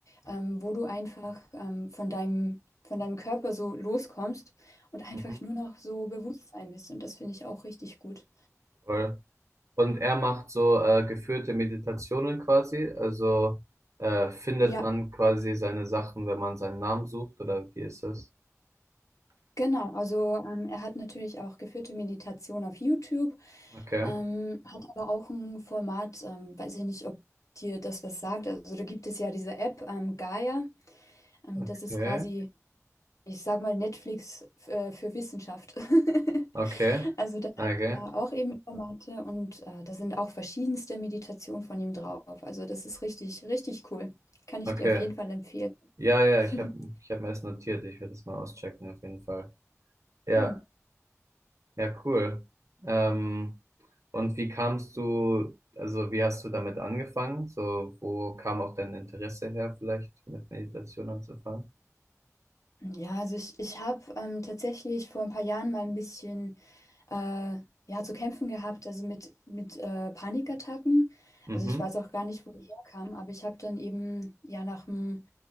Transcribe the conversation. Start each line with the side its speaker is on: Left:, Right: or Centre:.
Left: ähm, wo du einfach ähm, von deinem, von deinem Körper so loskommst und einfach
Right: Mhm. Mhm. Mhm.
Left: nur noch so Bewusstsein bist. Und das finde ich auch richtig gut.
Right: Voll. Und er macht so äh, geführte Meditationen quasi. Also äh, findet
Left: Ja,
Right: man quasi seine Sachen, wenn man seinen Namen sucht, oder wie ist das?
Left: genau. Also ähm, er hat natürlich auch geführte Meditation auf YouTube,
Right: Okay,
Left: ähm, hat aber auch ein Format, ähm, weiß ich nicht, ob dir das was sagt. Also da gibt es ja diese App, ähm, Gaia. Ähm,
Right: okay,
Left: das ist quasi ich sag mal, Netflix äh, für Wissenschaft. <laughs>
Right: okay,
Left: Also da hat
Right: okay,
Left: er auch eben Formate und äh, da sind auch verschiedenste Meditationen von ihm drauf. Also das ist richtig, richtig cool. Kann ich
Right: okay.
Left: dir auf jeden Fall empfehlen.
Right: Ja, ja, ich
Left: <laughs>
Right: habe ich hab mir das notiert. Ich werde das mal auschecken auf jeden Fall. Ja,
Left: Cool.
Right: ja, cool. Ähm, und wie kamst du, also wie hast du damit angefangen? So, wo kam auch dein Interesse her, vielleicht mit Meditation anzufangen?
Left: Ja, also ich, ich habe ähm, tatsächlich vor ein paar Jahren mal ein bisschen äh, ja, zu kämpfen gehabt, also mit, mit äh, Panikattacken.
Right: Mhm,
Left: Also ich weiß auch gar nicht, wo die herkam, aber ich habe dann eben ja nach einem